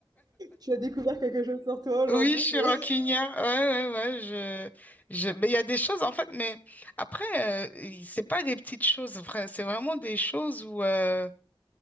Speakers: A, on the right; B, on the left.
A: Tu as découvert quelque chose sur toi aujourd'hui,
B: Oui, je suis
A: c'est
B: rancunière.
A: <laughs>
B: Ouais, ouais, ouais. Je... Je... Mais il y a des choses, en fait, mais après, euh, il- c'est pas des petites choses, vrai. C'est vraiment des choses où, euh,